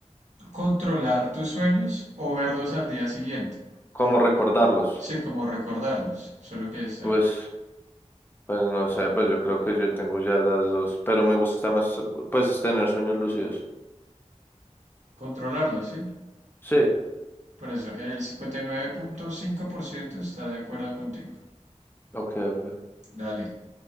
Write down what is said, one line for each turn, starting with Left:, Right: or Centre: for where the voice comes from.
Right: controlar tus sueños o verlos al día siguiente.
Left: ¿Cómo recordarlos?
Right: Sí, como recordarlos, solo que está
Left: Pues, pues no sé, pues yo creo que yo tengo ya las dos, pero me gusta más, pues, tener sueños lúcidos.
Right: controlarlos, ¿sí?
Left: Sí,
Right: Por eso, el 59.5% está de acuerdo contigo.
Left: ok, ok.
Right: Dale.